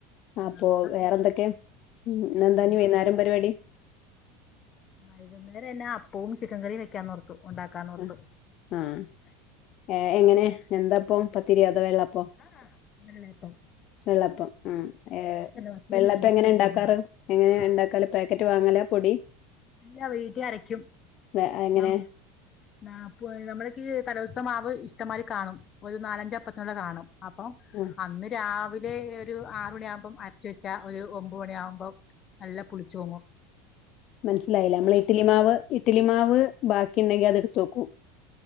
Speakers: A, on the left; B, on the left.
A: ആ,
B: അപോ
A: അപ്പൊ
B: വേറൊന്തൊക്കെ ന്ന്എന്താ
A: ഞങ്ങള്
B: ഞി വൈന്നാരം പരിവാടി
A: വൈകുന്നേര എനാ അപ്പവും ചിക്കൻ കറിം വെക്കാന്നോർത്തു ഒണ്ടാക്കാന്നോർത്തു
B: ആഹ് ആഹ് ഏഹ് എങ്ങനെ എന്തപ്പം പത്തിര്യോ അതോ വെള്ളപ്പോ
A: ആഹ് വെള്ളേപ്പം
B: വെള്ളപ്പം ഉം ഏഹ്
A: പത്തിരി
B: വെള്ളപ്പം
A: മേടിക്കുക
B: എങ്ങനെ
A: കൂടുതൽ
B: ഇണ്ടാക്കാറ്?
A: ചെയ്യണം
B: എങ്ങനെ ഇണ്ടാക്കാല് പേക്കറ്റ് വാങ്ങലാ പൊടി
A: ഇല്ല വീട്ടി അരക്കും
B: വെ എങ്ങനെ
A: ന്നമ് ന്നാപ്പുആയി ന്നമ്മുടെക്കേ തലോസ്തെ മാവ് ഇഷ്ടമാരി കാണും ഒരു ന്നാലഅഞ്ച അപ്പത്തിനുള്ള കാണും അപം
B: ആഹ്
A: അന്ന് രാവിലെ ഒരു ആറ് മണിയാഉമ്പം അരച്ചു വെച്ചാ ഒരു ഒമ്പ മണിയാവുമ്പം നല്ല പുളിച്ചോങ്ങും
B: മനസ്സിലായില്ല നമ്മള് ഇഡലി മാവ് ഇഡലി മാവ് ബാക്കി ഉണ്ടെങ്കി അത് എടുത്തുവയ്ക്കും